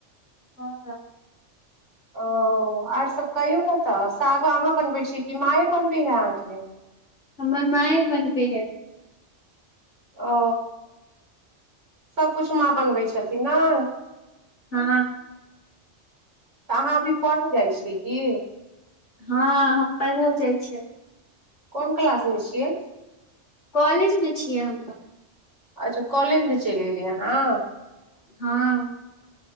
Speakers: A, on the left; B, on the right.
A: हँ
B: ओ आर सभ कहियौ ने तऽ साग अहाँ बनबै छीए कि माँए बनबै हे अहाँके
A: हमर माँऽ य बनबैय
B: ओ सबकुछ माँ बनबै छथिन ने <inaudible>
A: हँ।
B: तऽ अहाँ अभी पढ़य जाइ छियै की।
A: हँ हम पढ़अ जाइ छियै।
B: कोन क्लास में छियै।
A: कॉलेज मे छियै हम त।
B: अच्छा कॉलेजमे चलि गेलियै अहाँ।
A: हँ।